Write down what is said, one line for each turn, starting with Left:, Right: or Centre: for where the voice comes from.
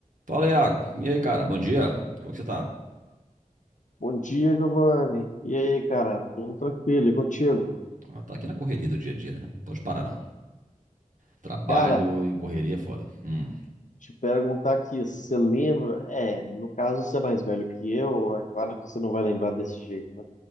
Right: Fala, Iago. E aí, cara? Bom dia. Como é que você tá?
Left: Bom dia, Giovanni. E aí, cara? Tudo tranquilo? E contigo?
Right: Ah, tá aqui na correria do dia a dia, né? Não pode parar, não. Trabalho
Left: Cara,
Right: e correria é foda. Hum,
Left: te perguntar aqui, você lembra? É, no caso você é mais velho que eu, é claro que você não vai lembrar desse jeito, né?